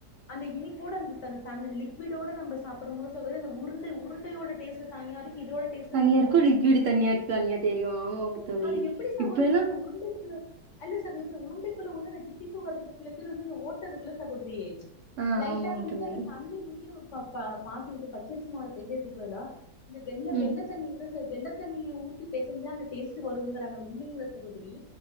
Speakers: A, on the left; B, on the right.
A: அந்த இனிப்போட அந்த தண் தண் லிக்விடோட நம்ம சாப்டும் போது சகோதரி அந்த உருண்டை உருண்டையோட டேஸ்ட் தனியா இருக்கு இதோட டேஸ்ட்
B: தனியா இருக்கு லிக்விடு
A: அந்த உருண்டைக்குள்ள
B: தனியா தெரியு ஆமாங்க தோழி
A: அது எப்படி சகோதரி
B: இப்ப எல்லா
A: வந்து இந்த உருண்டைக்குள்ள அல்ல சகோதரி உருண்டைக்குள்ள உன்னு தித்திப்பு வர்றக்கு சில பேர் வந்து ஓட்டருக்குல சகோதரி
B: ஆ
A: லைட்டா
B: ஆமாங்க
A: வந்துட்டு
B: தோழி
A: அந்த தண்ணி ஊத்தி நம்ம பாத்தா பாஸ் இது பச்சரிசு மாவுல பெசைரதுக்கு பதிலா இந்த வெள்ள
B: ம்
A: வெள்ள தண்ணி இருக்க வெள்ள தண்ணிய ஊத்தி பெசஞ்சா அந்த டேஸ்ட்டு வருங்குறாங்க உண்மையங்களா சகோதரி